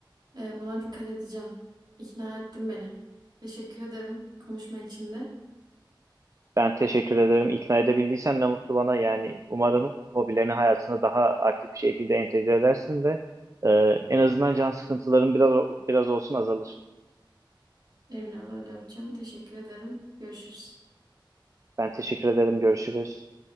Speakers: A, on the right; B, on the right.
A: E, buna dikkat edeceğim. İkna ettin beni. Teşekkür ederim konuşma için de.
B: Ben teşekkür ederim. İkna edebildiysem ne mutlu bana. Yani umarım hobilerini hayatına daha aktif bir şekilde entegre edersin ve e, en azından can sıkıntıların biraz biraz olsun azalır.
A: Emin ol öyle yapacağım. Teşekkür ederim. Görüşürüz.
B: Ben teşekkür ederim. Görüşürüz.